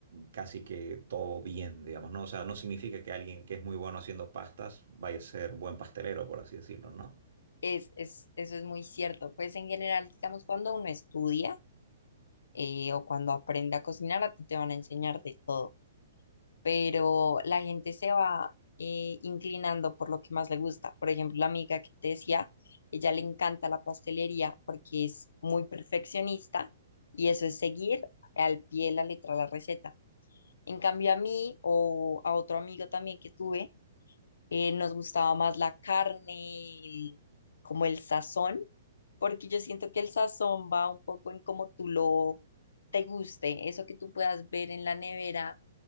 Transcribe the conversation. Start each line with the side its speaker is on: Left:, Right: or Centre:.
Right: casi que todo bien, digamos, ¿no? O sea, no significa que alguien que es muy bueno haciendo pastas vaya a ser buen pastelero, por así decirlo, ¿no?
Left: es, es, eso es muy cierto. Pues en general, digamos, cuando uno estudia eh, o cuando aprende a cocinar, a ti te van a enseñar de todo, pero la gente se va eh, inclinando por lo que más le gusta. Por ejemplo, la amiga que te decía, ella le encanta la pastelería porque es muy perfeccionista y eso es seguir al pie de la letra la receta. En cambio, a mí o a otro amigo también que tuve, eh, nos gustaba más la carne, el- como el sazón, porque yo siento que el sazón va un poco en cómo tú lo te guste, eso que tú puedas ver en la nevera,